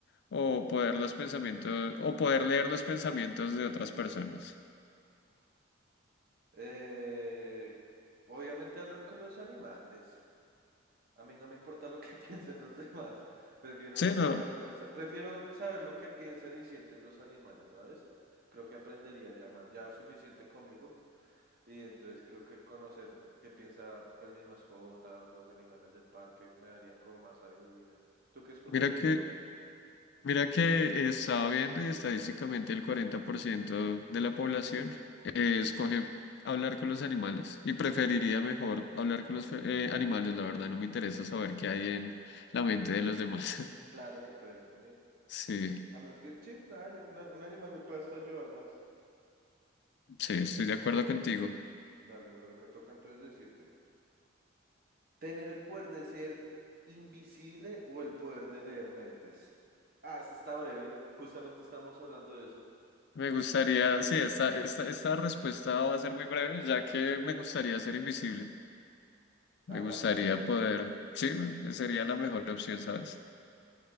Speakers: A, on the left (about 60°); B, on the right (about 50°).
A: o poder los pensamientos, o poder leer los pensamientos de otras personas?
B: Eh, obviamente hablar con los animales. A mí no me importa lo que <laughs> piensen los demás. Prefiero
A: Sí, no,
B: hablar con los... a- Prefiero saber lo que piensan y sienten los animales, ¿sabes? Creo que aprendería ya más, ya suficiente conmigo. Y entonces creo que conocer qué piensa, pues, mis mascotas, los animales del parque, me darían como más sabiduría. ¿Tú qué escogerías,
A: mira que
B: bro?
A: Mira que estaba viendo y estadísticamente el 40% de la población eh, escoge hablar con los animales y preferiría mejor hablar con los fe- eh, animales, la verdad no me interesa saber qué hay en la mente de los demás. <laughs>
B: Claro que puedes. A mí,
A: Sí,
B: a menos que... Sí, nada, ya que una- un animal me puede hasta ayudar más.
A: sí, estoy de acuerdo contigo.
B: Dale, bro, me toca entonces decirte. Tener el poder de ser invisible o el poder de leer mentes. Ah, esta está breve. Justamente estamos hablando de eso.
A: Me gustaría, sí, esta, esta, esta respuesta va a ser muy breve, ya que me gustaría ser invisible.
B: Hágale.
A: Me gustaría poder, sí, sería la mejor opción, ¿sabes?